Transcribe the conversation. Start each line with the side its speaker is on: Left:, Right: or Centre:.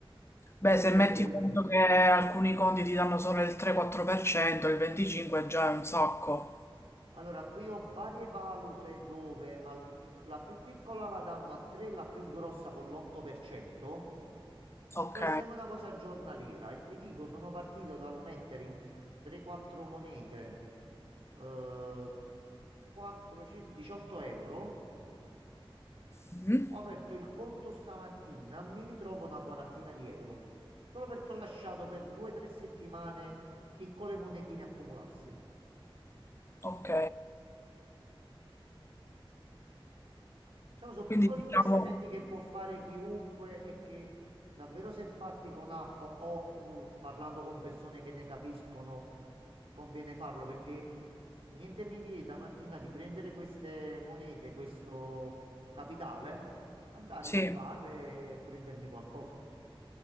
Left: Beh,
Right: Qui
Left: se
Right: è
Left: metti
Right: del
Left: conto che alcuni conti ti danno solo il 3-4%, il 25% già è un sacco.
Right: Allora, qui ho varie valute dove al- la più piccola la danno a 3, la più grossa con l'8%,
Left: Ok.
Right: però è sempre una cosa giornaliera e ti dico, sono partito dal mettere in 3-4 monete eh, 4, 5, 18 euro,
Left: Mhm.
Right: ho aperto il conto stamattina, mi ritrovo una quarantina di euro, solo perché ho lasciato per 2-3 settimane piccole monetine accumularsi.
Left: Ok.
Right: Diciamo, sono
Left: Quindi
Right: piccoli
Left: diciamo,
Right: investimenti che può fare chiunque e che davvero se fatti con app o uh, parlando con persone che ne capiscono, conviene farlo perché niente mi vieta, Martina, di prendere queste monete, questo capitale, andare
Left: sì.
Right: in un bar e prendermi qualcosa.